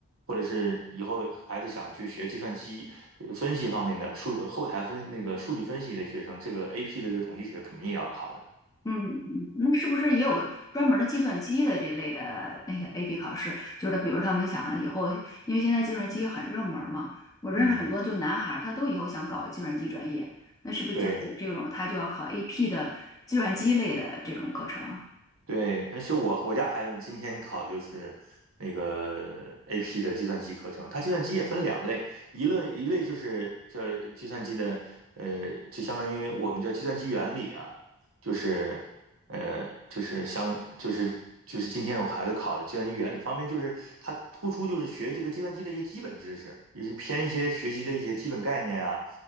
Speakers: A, on the right; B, on the left.
A: 或者是以后孩子想去学计算机呃分析方面的数后台分那个数据分析的学生，这个 AP 的这统计学肯定也要考的。
B: 嗯，嗯那是不是也有专门儿的计算机的这类的那个 AP 考试？就是比如他们想啊以后，因为现在计算机很热门儿嘛，我认识很多就男孩儿，
A: 嗯，
B: 他都以后想搞计算机专业，那是不是就是这种他就要考
A: 对。
B: AP 的计算机类的这种课程？
A: 对，而且我我家孩子今天考的就是那个 AP 的计算机课程，它计算机也分两类，一类一类就是叫计算机的，呃，就相当于我们叫计算机原理啊，就是呃，就是相就是就是今天我孩子考的计算机原理方面，就是它突出就是学这个计算机的一些基本知识，也是偏一些学习的一些基本概念啊，